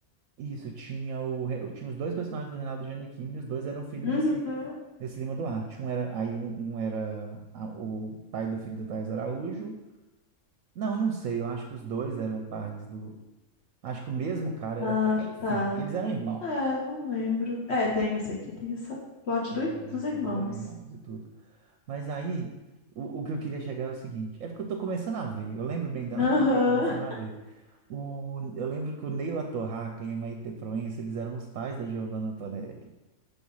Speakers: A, on the right; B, on the left.
A: Isso, tinha o Re- tinha os dois personagens do Reinaldo Gianecchini, os dois eram filhos
B: Uhum.
A: desse, desse Lima Duarte. Um era, aí um, um era a- o pai do filho da Thais Araújo. Não, eu não sei. Eu acho que os dois eram pais do, Acho que o mesmo cara
B: Ah,
A: era. pa- Enfim,
B: tá.
A: eles eram irmãos.
B: É, não lembro. É, tem, eu sei que tem essa plot
A: Isso,
B: do, dos irmãos.
A: eles eram irmãos e tudo. Mas aí, o, o que eu queria chegar é o seguinte: é porque eu tô começando a ver. Eu lembro bem dela,
B: Aham.
A: mas eu tô começando a ver. O, eu lembro que o Neila Torraca e a Maitê Proença, eles eram os pais da Giovanna Antonelli.